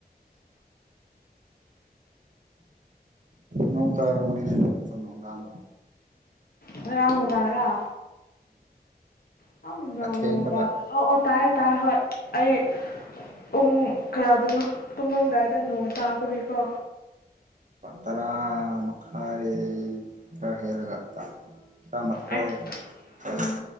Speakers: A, on the right; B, on the left.
A: ꯅꯣꯡ ꯇꯔꯝꯒꯅꯤꯅꯦ ꯅꯣꯏꯒꯤꯁꯨ ꯅꯨꯡꯗꯥꯡꯗꯣ
B: ꯉꯔꯥꯡ ꯅꯨꯡꯗꯥꯡꯔ ꯉꯔꯥꯡ ꯅꯨꯡꯗꯥꯡ
A: ꯑꯊꯦꯡꯕꯗ
B: ꯅꯣꯡꯇ ꯑꯣ ꯑꯣ ꯇꯥꯏ ꯇꯥꯏ ꯍꯣꯏ ꯑꯩ ꯄꯨꯡ ꯀꯌꯥꯗꯅꯣ ꯇꯨꯝꯃꯝꯗꯥꯏꯗ ꯅꯣꯡ ꯇꯥꯕꯒꯤꯀꯣ
A: ꯇꯔꯥ ꯃꯈꯥꯏ ꯈꯔꯥꯍꯦꯜꯂꯒ ꯇꯥꯏ ꯇꯔꯥꯃꯥꯊꯣꯏ
B: ꯑꯩꯅ
A: ꯈꯔꯥ
B: ꯎꯝ